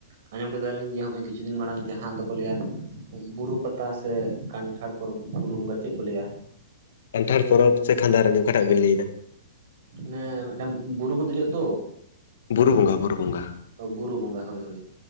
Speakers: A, on the right; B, on the left.
A: ᱟᱸᱡᱚᱢ ᱠᱮᱫᱟ ᱞᱤᱧ ᱡᱮ ᱦᱚᱸᱜᱼᱚᱭ ᱠᱤᱪᱷᱩ ᱫᱤᱱ ᱢᱟᱲᱟᱝ ᱡᱟᱦᱟᱸ ᱫᱚ ᱠᱚ ᱞᱟᱹᱭᱟ ᱵᱩᱨᱩ ᱯᱟᱛᱟ ᱥᱮ ᱠᱟᱱᱴᱷᱟᱲ ᱯᱚᱨᱚᱵᱽ ᱵᱩᱨᱩ ᱵᱚᱸᱜᱟ ᱪᱮᱫ ᱠᱚ ᱞᱟᱹᱭᱟ᱾
B: ᱠᱟᱱᱴᱷᱟᱲ ᱯᱚᱨᱚᱵᱽ ᱥᱮ ᱠᱷᱟᱫᱟᱨᱟᱹᱱᱤ ᱚᱠᱟᱴᱟᱜ ᱵᱤᱱ ᱞᱟᱹᱭᱟ
A: ᱚᱱᱮ ᱢᱤᱫᱴᱟᱝ ᱵᱩᱨᱩ ᱠᱚ ᱫᱮᱡᱚᱜᱼᱟ ᱛᱚ
B: ᱵᱩᱨᱩ ᱵᱚᱸᱜᱟ ᱵᱩᱨᱩ ᱵᱚᱸᱜᱟ᱾
A: ᱚ ᱵᱩᱨᱩ ᱵᱚᱸᱜᱟ ᱦᱚᱭ ᱦᱚᱭ